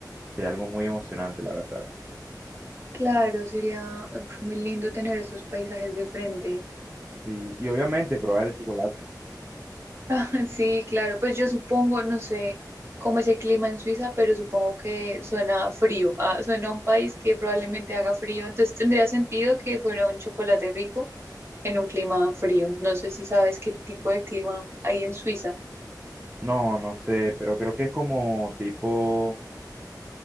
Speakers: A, on the right; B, on the right.
A: sería algo muy emocionante, la verdad.
B: Claro, sería uf, muy lindo tener esos paisajes de frente. <laughs>
A: Sí, y obviamente probar el chocolate.
B: Ah, sí, claro, pues yo supongo, no sé cómo es el clima en Suiza, pero supongo que suena frío, ah, suena a un país que probablemente haga frío, entonces tendría sentido que fuera un chocolate rico en un clima frío. No sé si sabes qué tipo de clima hay en Suiza.
A: No, no sé, pero creo que es como tipo